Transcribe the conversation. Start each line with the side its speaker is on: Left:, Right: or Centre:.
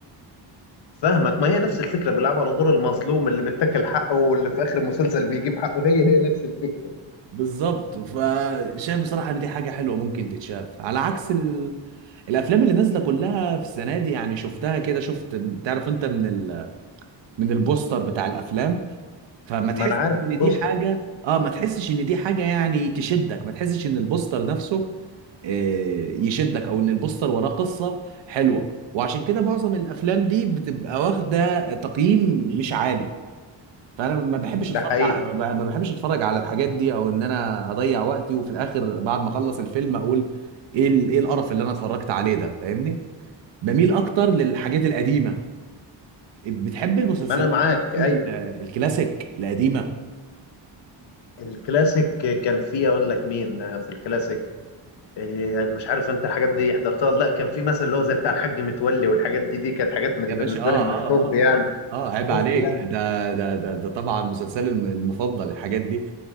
Left: فاهمك ما هي نفس الفكرة بيلعبوا على دور المظلوم اللي متاكل حقه واللي في آخر المسلسل بيجيب حقه هي هي نفس الفكرة
Right: بالظبط فشايف بصراحة ان دي حاجة حلوة ممكن تتشاف على عكس ال... الافلام اللي نازلة كلها في السنة دي يعني شفتها كده شفت تعرف انت من ال... من البوستر بتاع الافلام فما
Left: ما
Right: تحسش
Left: أنا عارف من
Right: ان
Left: البوستر
Right: دي حاجة اه ما تحسش ان دي حاجة يعني تشدك ما تحسش ان البوستر نفسه آه، يشدك او ان البوستر وراه قصة حلوة وعشان كده معظم الافلام دي بتبقى واخدة تقييم مش عالي فانا ما بحبش
Left: ده
Right: اتفرج
Left: حقيقي
Right: على ما بح- ما بحبش اتفرج على الحاجات دي او ان انا اضيع وقتي وفي الاخر بعد ما اخلص الفيلم اقول ايه ال- ايه القرف اللي انا اتفرجت عليه ده فاهمني بميل اكتر للحاجات القديمه بتحب المسلسلات
Left: ما أنا معاك
Right: والأفلام
Left: أيوه
Right: ال- الكلاسيك القديمه
Left: الكلاسيك كان فيه أقول لك مين في الكلاسيك إيه، مش عارف أنت الحاجات دي حضرتها ولا لا كان في مثلا اللي هو زي بتاع الحاج متولي والحاجات دي دي كانت حاجات من
Right: يا باشا
Left: بالنسبة
Right: اه
Left: لي من
Right: اه
Left: الطب
Right: آه.
Left: يعني
Right: اه عيب
Left: طب
Right: عليك
Left: يعني
Right: ده ده ده, ده طبعا مسلسلي الم- المفضل الحاجات دي